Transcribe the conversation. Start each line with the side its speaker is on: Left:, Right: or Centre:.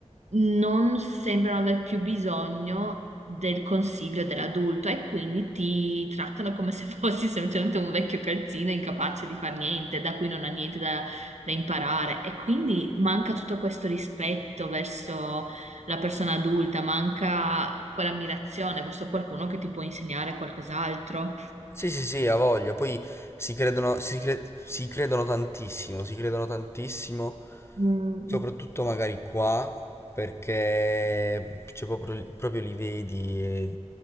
Right: non sembrano aver più bisogno del consiglio dell'adulto e quindi ti trattano come se fossi <laughs> semplicemente un vecchio calzino incapace di far niente, da cui non ha niente da, da imparare. E quindi manca tutto questo rispetto verso la persona adulta, manca quell'ammirazione verso qualcuno che ti può insegnare qualcos'altro.
Left: Sì, sì, sì, ha voglia. Poi si credono, si cre- si credono tantissimo, si credono tantissimo
Right: Mm.
Left: Soprattutto magari qua, perché cioè, proprio, proprio li vedi e